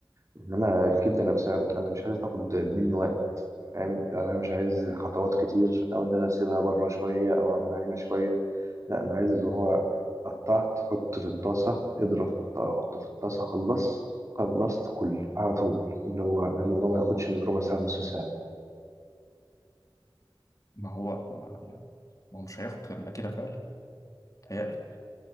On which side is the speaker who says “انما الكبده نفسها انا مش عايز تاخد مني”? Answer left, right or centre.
Right